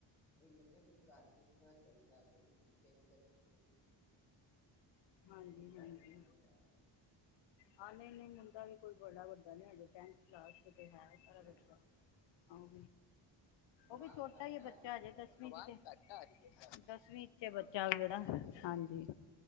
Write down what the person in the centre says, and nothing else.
ਉਹੀ ਮੈਂ ਕਿਹਾ ਫਿਰ ਘਰ ਕਿਸ ਤਰ੍ਹਾਂ ਚੱਲਦਾ ਬਈ ਨਿੱਕੇ ਨਿੱਕੇ ਬੱਚੇ ਸੀ
ਤੇ ਮੁੰਡਾ ਕਿੰਨਾ ਵੱਡਾ <unintelligible>
ਹੈਂ
ਆਵਾਜ਼
ਘੱਟ
ਆ
ਰਹੀ
ਹੈ ਤੁਹਾਡੀ